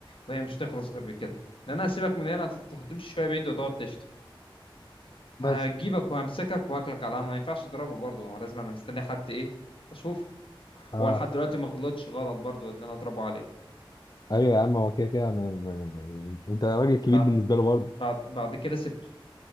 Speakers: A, on the left (about 70°); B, on the left (about 45°).
A: وهي مش تخلص غير بكده لأن أنا هسيبك من هنا هتط- هتمشي شوية بعيد وتقعد تشتم
B: بس
A: فهجيبك وهمسكك وهاكلك على القهوة ما ينفعش أضربه برضه هو لازم أنا مستني حد إيه أشوفه
B: اه
A: هو لحد دلوقتي ما غلطش غلط برضو اللي انا اضربه عليه
B: ايوه يا عم هو كده كده ما- ما- ما- يعني انت راجل كبير
A: بعد
B: بالنسبه له برضه
A: بعد بعد كده سبته